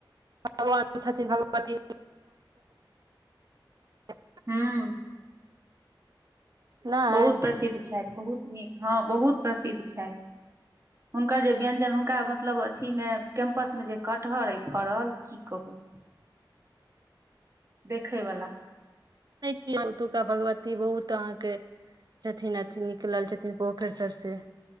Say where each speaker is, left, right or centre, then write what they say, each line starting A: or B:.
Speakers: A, on the right; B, on the right.
A: भगवानो छथिन भगवती <unintelligible>
B: हूँ।
A: नहि
B: बहुत प्रसिद्ध छथि बहुत नीक हँ बहुत प्रसिद्ध छथि। हुनकर जे व्यंजन हुनका मतलब अथी मे कैंपस मे जे कट कटहरइ फड़ल की कहू। देखैवला
A: दै छी अहाँके ओतुका भगवती बहुत अहाँके। छथिन अथि निकलल छथिन पोखरि सब से।